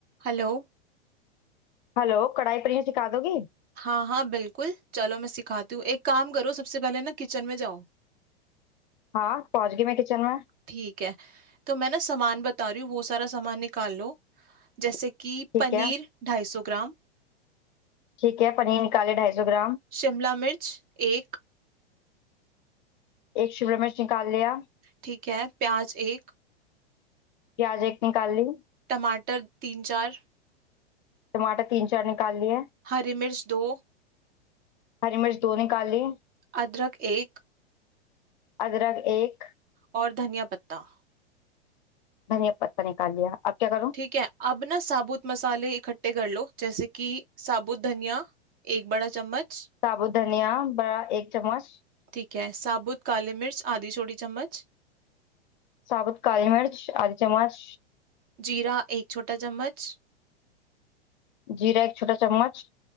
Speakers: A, on the right (about 30°); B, on the left (about 45°).
A: हेलो
B: Hello kadai paneer सिखा दोगी
A: हाँ हाँ बिल्कुल चलो मैं सिखाती हूँ एक काम करो सबसे पहले ना किचन में जाओ
B: हाँ पहुंच गई मैं किचन में
A: ठीक है तो मैं ना सामान बता रही हूँ वो सारा सामान निकाल लो जैसे कि
B: ठीक
A: पनीर
B: है
A: ढाई सौ ग्राम
B: ठीक है पनीर निकाले ढाई सौ ग्राम
A: शिमला मिर्च एक
B: एक शिमला मिर्च निकाल लिया
A: ठीक है प्याज एक
B: प्याज एक निकाल ली
A: टमाटर तीन चार
B: टमाटर तीन चार निकाल लिए
A: हरी मिर्च दो
B: हरी मिर्च दो निकाल ली
A: अदरक एक
B: अदरक एक
A: और धनिया पत्ता
B: धनिया पत्ता निकाल लिया अब क्या करूँ
A: ठीक है अब ना साबुत मसाले इकट्ठे कर लो जैसे कि साबुत धनिया एक बड़ा चम्मच
B: साबुत धनिया बड़ा एक चम्मच
A: ठीक है साबुत काली मिर्च आधी छोटी चम्मच
B: साबुत काली मिर्च आधी चम्मच
A: जीरा एक छोटा चम्मच
B: जीरा एक छोटा चम्मच